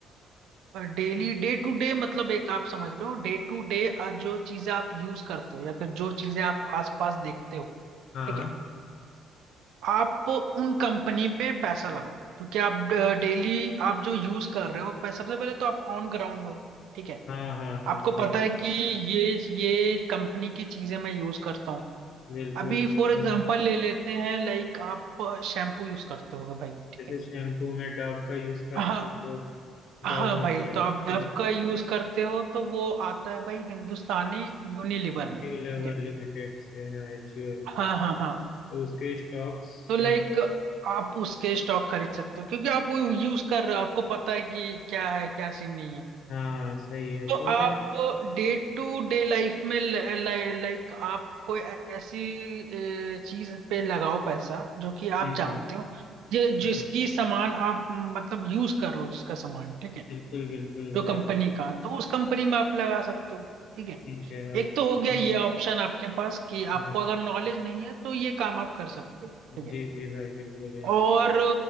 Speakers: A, on the right; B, on the left.
A: daily day to day मतलब एक आप समझ लो डे टू डे जो चीजें आप यूज करते हो या फिर जो चीजें आप आसपास देखते हो
B: हाँ
A: ठीक है आप उन कंपनी पे पैसा लगाओ क्योंकि आप डेली आप जो यूज कर रहे हो पह- सबसे पहले तो आप ऑन ग्राउंड हो ठीक है
B: हाँ हाँ हाँ
A: आपको
B: सही
A: पता है
B: है
A: कि ये ये कंपनी की चीजें मैं यूज करता हूँ
B: बिल्कुल
A: अभी फॉर
B: और
A: एग्जांपल ले लेते हैं लाइक आप शैम्पू यूज करते होगे भाई ठीक
B: जैसे
A: है
B: शैम्पू में डव का यूज करते
A: हाँ
B: हो तो
A: हाँ
B: डव हो
A: भाई
B: गया
A: तो आप
B: जो
A: डव का यूज करते हो तो वो आता है भाई हिंदुस्तानी यूनिलीवर में ठीक
B: लेवर
A: है
B: लिमिटेड से है HUL
A: हाँ
B: तो
A: हाँ हाँ
B: उसके स्टॉक्स
A: तो लाइक
B: मत
A: आप उसके स्टॉक खरीद सकते हो क्योंकि आप वो यूज कर रहे हो आपको पता है कि क्या है क्या सीन नहीं है
B: हाँ सही है
A: तो
B: तो ये
A: आप डे टू डे लाइफ में लाइक आप कोई ऐसी चीज पे लगाओ पैसा जो कि
B: जी
A: आप जानते
B: जी
A: हो जि, जिसकी
B: हाँ।
A: सामान आप मतलब यूज कर रहे हो जिसका सामान ठीक है
B: बिल्कुल बिल्कुल
A: जो
B: भाई
A: कंपनी का तो उस कंपनी में आप लगा सकते हो ठीक है
B: ठीक है और
A: एक
B: दूसरा
A: तो हो गया ये ऑप्शन आपके पास कि
B: हाँ
A: आपको अगर नॉलेज नहीं है तो ये काम आप कर सकते हो ठीक है
B: जी जी भाई बिल्कुल यार
A: और